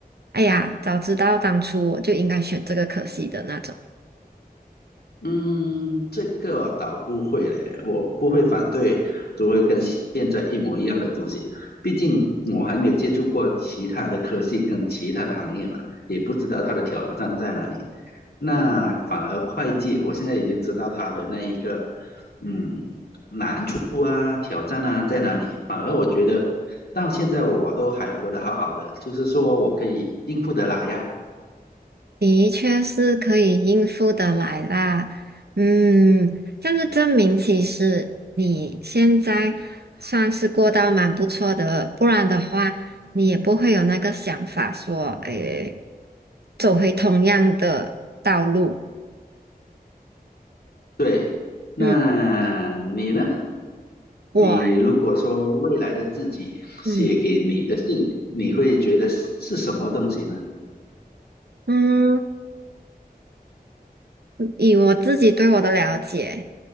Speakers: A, on the right; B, on the left.
A: 哎呀，早知道当初我就应该选这个科系的那种。
B: 嗯，这个我倒不会嘞，我不会反对都会跟现在一模一样的东西，毕竟我还没有接触过其他的科技跟其他的行业嘛，也不知道它的挑战在哪里。那反而会计，我现在已经知道它的那一个，嗯，难处啊、挑战啊在哪里。反而我觉得到现在我都还活得好好的，就是说我可以应付得来呀。
A: 的确是可以应付得来啦，嗯，这样就证明其实你现在算是过到蛮不错的，不然的话你也不会有那个想法说，诶，走回同样的道路。
B: 对，那你呢？
A: 嗯，我，
B: 你如果说未来的自己写给你的信，
A: 嗯
B: 你会觉得是是什么东西呢？
A: 嗯，以我自己对我的了解，